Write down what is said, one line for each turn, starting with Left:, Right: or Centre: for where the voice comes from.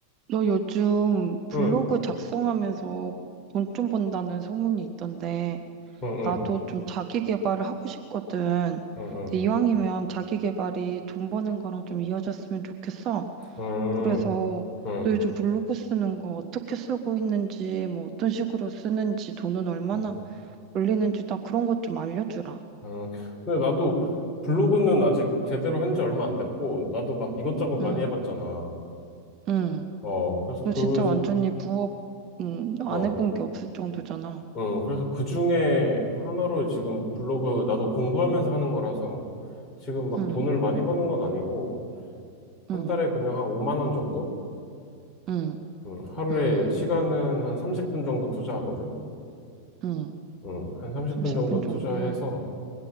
Right: 너 요즘 블로그
Left: 응,
Right: 작성하면서 돈 좀 번다는 소문이 있던데,
Left: 응,
Right: 나도
Left: 응,
Right: 좀 자기 개발을 하고 싶거든.
Left: 응, 응,
Right: 근데 이왕이면 자기 개발이 돈 버는 거랑 좀 이어졌으면 좋겠어.
Left: 응, 응,
Right: 그래서
Left: 응.
Right: 너 요즘 블로그 쓰는 거 어떻게 쓰고 있는지, 뭐 어떤 식으로 쓰는지, 돈은 얼마나
Left: 응,
Right: 올리는지 나 그런 것 좀 알려주라.
Left: 응. 근데 나도 블로그는 아직 제대로 한 지 얼마 안 됐고, 나도 막 이것저것 많이
Right: 응,
Left: 해봤잖아.
Right: 응.
Left: 어, 그래서
Right: 너
Left: 그,
Right: 진짜 완전히 부업, 응, 안
Left: 어,
Right: 해본 게 없을 정도잖아.
Left: 응, 그래서 그 중에 하나로 지금 블로그 나도 공부하면서 하는 거라서 지금 막
Right: 응,
Left: 돈을 많이 버는 건 아니고, 한
Right: 응,
Left: 달에 그냥 한 5만 원 정도?
Right: 응,
Left: 응, 하루에
Right: 응.
Left: 시간은 한 30분 정도 투자하거든.
Right: 응.
Left: 응, 한 30분
Right: 30분
Left: 정도
Right: 정도?
Left: 투자해서